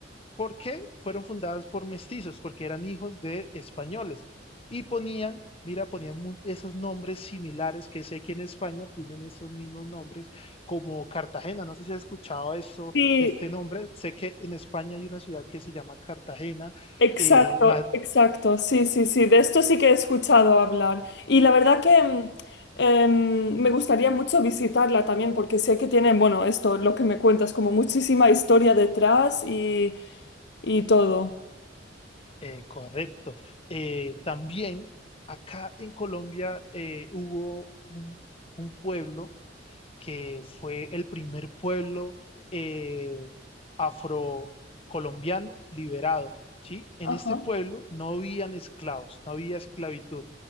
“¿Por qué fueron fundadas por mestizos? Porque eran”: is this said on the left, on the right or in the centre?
Left